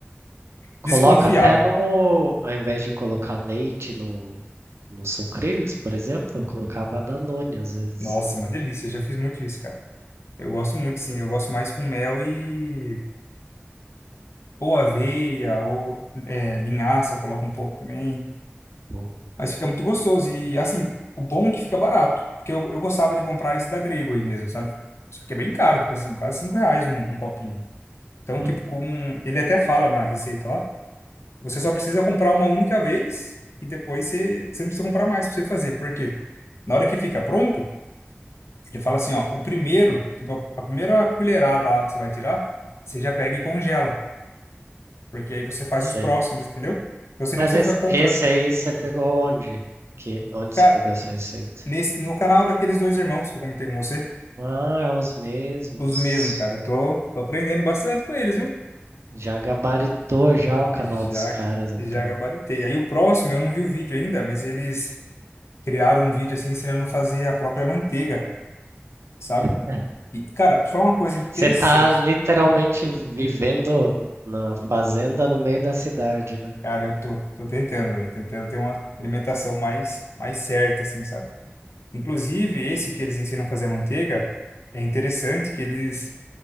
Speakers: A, on the right; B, on the left.
A: Coloca
B: desconfiável.
A: até no. Ao invés de colocar leite no, no sucrilhos, por exemplo, eu colocava Danone às vezes.
B: Nossa, uma delícia, eu já fiz muito isso, cara. Eu gosto muito, sim, eu gosto mais com mel e... Ou aveia, ou é, linhaça, coloca um pouco também.
A: Bom.
B: Mas fica muito gostoso. E assim, o bom é que fica barato. Porque eu, eu gostava de comprar esse da Grego aí mesmo, sabe? Só que é bem caro, tipo assim, quase 5 reais um, um copinho. Então,
A: Uhum.
B: tipo, com. Ele até fala na receita lá. Você só precisa comprar uma única vez e depois você, você não precisa comprar mais pra você fazer. Por quê? Na hora que fica pronto, ele fala assim, ó, o primeiro, tipo, a, a primeira colherada lá que você vai tirar, você já pega e congela. Porque aí você faz
A: Sei.
B: os próximos, entendeu? Então você nem
A: Mas
B: precisa
A: esse,
B: ficar comprando.
A: esse aí você pegou onde? Que, onde
B: Cara,
A: você pegou essa receita?
B: nesse, no canal daqueles dois irmãos que eu comentei com você.
A: Ah, é os mesmos.
B: Os mesmos, cara. Eu tô, tô aprendendo bastante com eles, viu?
A: Já gabaritou já o canal
B: Já,
A: dos caras, então.
B: já gabaritei. Aí o próximo, eu não vi o vídeo ainda, mas eles criaram um vídeo assim ensinando a fazer a própria manteiga, sabe?
A: <laughs>
B: E, cara, te falar uma coisa interessante.
A: Você tá literalmente vivendo na fazenda no meio da cidade, né?
B: Cara, eu tô, tô tentando, velho. Tentando ter uma alimentação mais, mais certa, assim, sabe? Inclusive, esse que eles ensinam a fazer a manteiga, é interessante que eles.